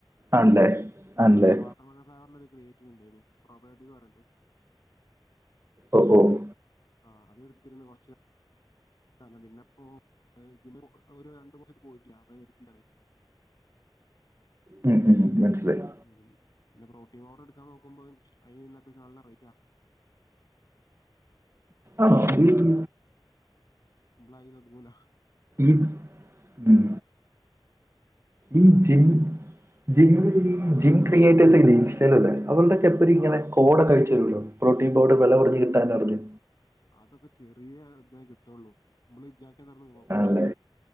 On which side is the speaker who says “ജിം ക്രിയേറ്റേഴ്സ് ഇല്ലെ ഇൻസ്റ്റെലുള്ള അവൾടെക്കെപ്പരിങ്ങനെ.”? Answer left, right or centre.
Right